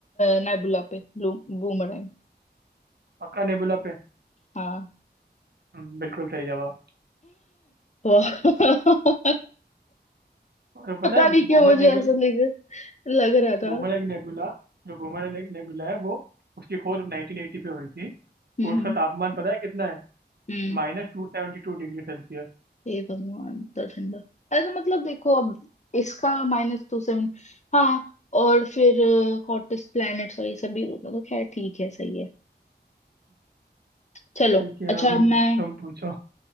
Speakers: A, on the left; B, on the right.
A: नेबुला पे बूमरैंग
B: पक्का नेबुला पे
A: हाँ
B: हम्म, बिल्कुल सही जवाब
A: वाह। <laughs>
B: तो
A: पता
B: पता है
A: नहीं क्यों
B: बूमर
A: मुझे
B: नेबुला
A: ऐसा लग लग रहा था
B: बूमर एक नेबुला जो बूमर एक नेबुला है वो उसकी खोज 1980 पे हुई थी
A: हम्म
B: और उसका तापमान पता है कितना है
A: हम्म
B: माइनस टू सेवेंटी टू डिग्री सेल्सियस
A: हे भगवान तो ठंडा अरे तो मतलब देखो अब इसका माइनस टू सेवन हाँ और फिर हॉटेस्ट प्लैनेट्स और ये सब भी होगा तो खैर ठीक है सही है चलो
B: ठीक है
A: अच्छा
B: अभी
A: अब मैं
B: तुम पूछो